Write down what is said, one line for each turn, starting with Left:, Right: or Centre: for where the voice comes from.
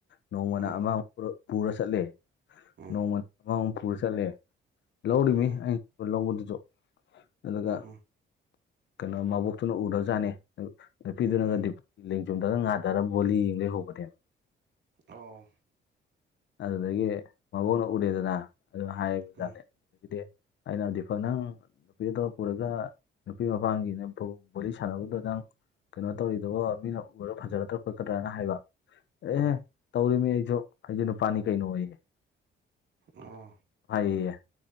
Left: ꯅꯣꯡꯃꯅ
Right: ꯎꯝ
Left: ꯑꯃꯃꯨꯛ ꯄꯨꯔ ꯆꯠꯂꯦ
Right: ꯎꯝ
Left: ꯅꯣꯡꯃ ꯑꯃꯃꯨ ꯄꯨꯔ ꯆꯠꯂꯦ ꯂꯧꯔꯤꯃꯤ
Right: ꯎꯝ
Left: ꯑꯩ ꯂꯧꯕꯗꯨꯁꯨ ꯑꯗꯨꯒ
Right: ꯎꯝ
Left: ꯀꯩꯅꯣ ꯃꯕꯣꯛꯇꯨꯅ ꯎꯔ ꯖꯅꯤ ꯅꯨꯄꯤꯗꯨꯅꯒꯗꯤ
Right: ꯎꯝ
Left: ꯂꯦꯡꯖꯨꯝꯗꯒ ꯉꯥꯗꯔ ꯕꯣꯂꯤ ꯌꯦꯡ ꯂꯩꯍꯧꯕꯅꯦꯕ
Right: ꯑꯣ
Left: ꯑꯗꯨꯗꯒꯤ ꯃꯕꯣꯛꯅ ꯎꯔꯦꯗꯅ ꯑꯗꯨ ꯍꯥꯏꯕꯖꯠꯅꯤ
Right: ꯎꯝ
Left: ꯗꯤ ꯑꯩꯅ ꯗꯤꯄꯥꯛ ꯅꯪ ꯅꯨꯄꯤꯗꯣ ꯄꯨꯔꯒ ꯅꯨꯄꯤ ꯃꯄꯥꯡꯒꯤ ꯅꯦꯝꯚꯣꯛ ꯋꯥꯔꯤ ꯁꯥꯟꯅꯕꯗꯨ ꯅꯪ ꯀꯩꯅꯣ ꯇꯧꯔꯤꯗꯨꯕꯣ ꯃꯤꯅ ꯎꯔꯣ ꯐꯖꯒꯗ꯭ꯔꯥ ꯈꯣꯠꯀꯗ꯭ꯔꯥꯅ ꯍꯥꯏꯕ꯫ ꯑꯦꯍꯦ
Right: ꯎꯝ
Left: ꯇꯧꯔꯤꯃꯤ ꯑꯩꯁꯨ ꯑꯩꯁꯨ ꯅꯨꯄꯥꯅꯤ ꯀꯩꯅꯣ ꯌꯦ
Right: ꯑꯣ
Left: ꯍꯩꯌꯦꯌꯦ